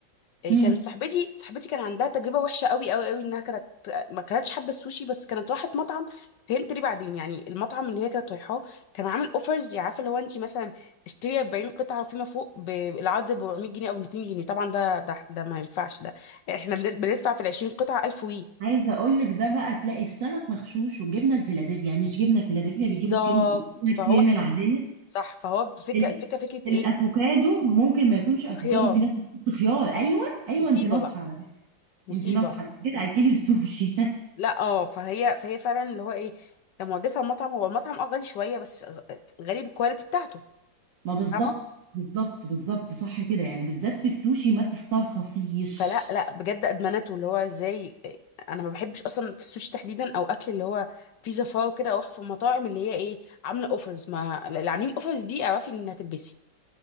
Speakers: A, on the left; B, on the right.
A: إيه،
B: امم
A: كانت صاحبتي صاحبتي كان عندها تجربه وحشه قوي قوي قوي انها كانت ما كانتش حابه السوشي بس كانت راحت مطعم فهمت ليه بعدين يعني المطعم اللي هي كانت رايحاه كان عامل اوفرز عارفه لو انت مثلا اشتري 40 قطعه وفيما فوق بالعرض ب 400 جنيه او 200 جنيه طبعا ده ده ده ما ينفعش ده احنا بن- بندفع في ال 20 قطعه 1000 وي
B: عايزه اقول لك ده بقى تلاقي السمك مغشوش والجبنه الفيلادلفيا يعني مش جبنه فيلادلفيا
A: بالظبط
B: بيجيبوا كم الكريمه
A: فهو
B: العاديه
A: صح فهو فكره
B: ال...
A: فكره فكره
B: الافوكادو
A: ايه
B: ممكن ما يكونش افوكادو
A: خيار
B: في ناس بتحط خيار ايوه ايوه
A: مصيبه
B: انت ناصحه
A: بقى
B: على فكره
A: مصيبه
B: انت ناصحه انت كده اكلي السوشي
A: لا اه فهي فهي فعلا اللي هو ايه لما وديتها المطعم هو المطعم اه غالي شويه بس غ- غالي بالكواليتي بتاعته
B: <laughs> ما بالظبط
A: فاهمه
B: بالظبط بالظبط صح كده يعني بالذات في السوشي ما تسترخصيش
A: فلا لا بجد ادمنته اللي هو ازاي إيه، انا ما بحبش اصلا في السوشي تحديدا او اكل اللي هو في زفاه وكده او في المطاعم اللي هي ايه عامله اوفرز ما اللي عاملين اوفرز دي اعرفي ان هتلبسي